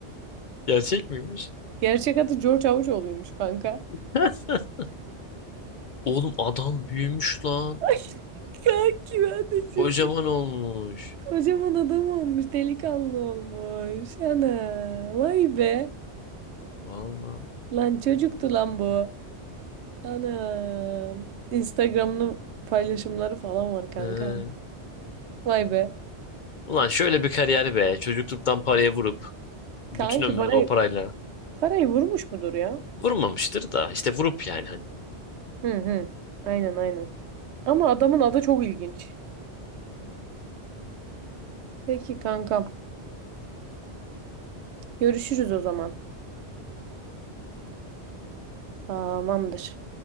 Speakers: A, on the left (about 55°); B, on the right (about 75°).
A: gerçek miymiş?
B: Gerçek adı George Havucıoğlu'ymuş kanka.
A: <laughs> Oğlum adam büyümüş lan.
B: <laughs> Kanki ben de şimdi.
A: Kocaman olmuş.
B: Kocaman adam olmuş, delikanlı olmuş. Ana, vay be.
A: Valla.
B: Lan çocuktu lan bu. Anam. Instagram'ın paylaşımları falan var kanka.
A: He.
B: Vay be.
A: Ulan şöyle bir kariyer be. Çocukluktan paraya vurup bütün
B: Kanki
A: ömrünü
B: parayı
A: o parayla
B: parayı vurmuş mudur ya?
A: vurmamıştır da işte vurup yani
B: Hı hı. Aynen aynen. Ama adamın adı çok ilginç. Peki kankam. Görüşürüz o zaman. Tamamdır.